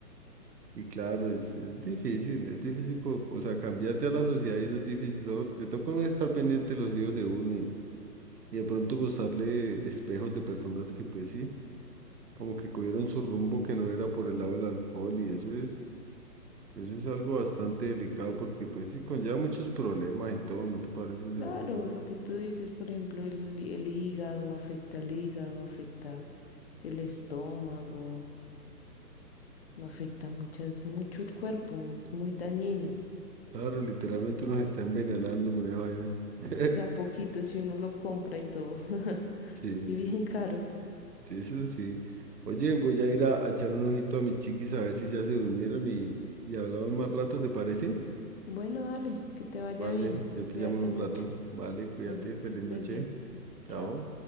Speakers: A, on the right; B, on the left.
A: Y claro, es, es difícil, es difícil, por, o sea, cambiar ya la sociedad y eso es difícil. Solo le toca a uno estar pendiente de los hijos de uno y, y de pronto postarle espejos de personas que pues sí, como que cogieron su rumbo que no era por el lado del alcohol y eso es Eso es algo bastante delicado porque pues sí conlleva muchos problemas y todo, ¿no te parece? O sea,
B: Claro,
A: uy, no.
B: lo que tú dices, por ejemplo, el, el hígado afecta al hígado, afecta el estómago, no afecta muchas, mucho el cuerpo, es muy dañino.
A: Claro, literalmente uno se está envenenando con esa vaina. <laughs>
B: De a poquito, si uno lo compra y todo, <laughs>
A: Sí,
B: y bien caro.
A: sí, eso sí. Oye, voy a ir a, a echarle un ojito a mis chiquis a ver si ya se durmieron y, y hablamos más rato, ¿te parece?
B: Bueno, dale, que te vaya
A: Vale,
B: bien,
A: yo te
B: cuídate
A: llamo en un
B: mucho.
A: rato. Vale, cuídate,
B: Bueno,
A: feliz
B: que estés
A: noche.
B: bien.
A: Chao.
B: Chao.